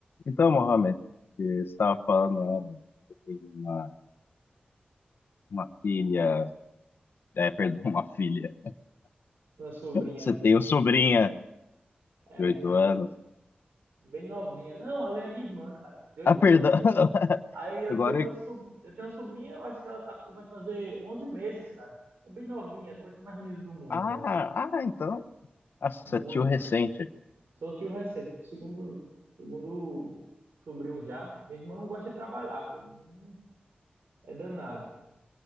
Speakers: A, on the left; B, on the right.
A: Então, Mohamed, que você estava falando, né, você tem uma, uma filha, é, perdão, <laughs> uma filha.
B: Uma sobrinha.
A: Você tem uma sobrinha
B: É,
A: de oito
B: cara.
A: anos.
B: Bem novinha. Não, ela é minha irmã, cara. De 8
A: Ah, perdão.
B: anos é minha
A: <laughs>
B: irmã. Aí eu
A: Agora,
B: tenho uma,
A: eu-
B: sob eu tenho uma sobrinha, eu acho que ela tá... com- vai fazer 11 meses, cara. É bem novinha, coisa mais linda do mundo,
A: ah,
B: velho.
A: ah, então. Nossa,
B: Muito
A: tio recente.
B: massa. Sou tio recente, segundo, segundo sobrinho já. Meu irmão gosta de trabalhar, pô. Meu irmão é é danado.